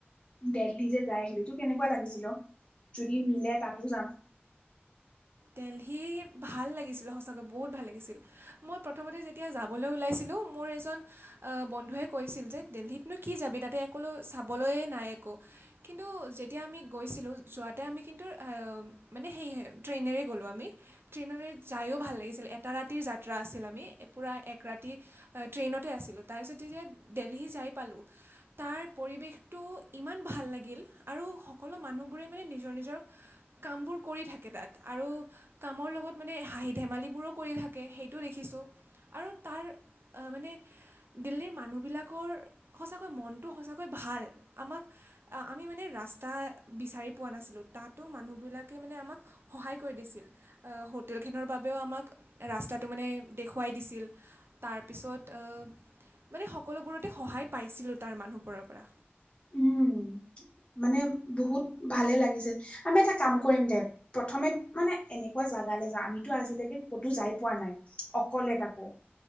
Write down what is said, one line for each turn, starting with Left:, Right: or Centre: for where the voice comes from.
Left: দেল্হি যে যাই আহিলি তোৰ কেনেকুৱা লাগিছিল অ? যদি মিলে তাতো যাম।
Right: দেল্হি ভাল লাগিছিল সঁচাকৈ বহুত ভাল লাগিছিল। মই প্ৰথমতে যেতিয়া যাবলৈ ওলাইছিলোঁ, মোৰ এজন- বন্ধুৱে কৈছিল যে দেল্হিতনো কি যাবি তাতে একোলো চাবলৈয়ে নাই একো। কিন্তু যেতিয়া আমি গৈছিলোঁ, যোৱাতে আমি কিন্তু আ মানে সেয়হে- ট্ৰেইনেৰে গ'লোঁ আমি। ট্ৰেইনেৰে যায়ো ভাল লাগিছিল, এটা ৰাতিৰ যাত্ৰা আছিল আমি পোৰা এক ৰাতি- ট্ৰেইনতে আছিলোঁ। তাৰপিছত যেতিয়া দেল্হি যাই পালোঁ, তাৰ পৰিৱেশটো ইমান ভাল লাগিল, আৰু সকলো মানুহবোৰে মানে নিজৰ নিজৰ- কামবোৰ কৰি থাকে তাত। আৰু কামৰ লগত মানে হাঁহি ধেমালিবোৰো কৰি থাকে, সেইটো দেখিছোঁ। আৰু তাৰ মানে- দিল্লীৰ মানুহবিলাকৰ সঁচাকৈ মনটো সঁচাকৈ ভাল। আমাক- আমি মানে ৰাস্তা বিচাৰি পোৱা নাছিলো, তাতো মানুহবিলাকে মানে আমাক- সহায় কৰি দিছিল। হোটেলখনৰ বাবেও আমাক ৰাস্তাটো মানে দেখুৱাই দিছিল। তাৰপিছত আ মানে সকলোবোৰতে সহায় পাইছিলোঁ তাৰ মানুহবোৰৰ পৰা।
Left: উম মানে বহুত ভালে লাগিছিল। আমি এটা কাম- কৰিম দে। প্ৰথমে মানে এনেকুৱা জাগালৈ যাম আমিতো আজিলৈকে ক'তো যাই পোৱা নাই। অকলে তাকো।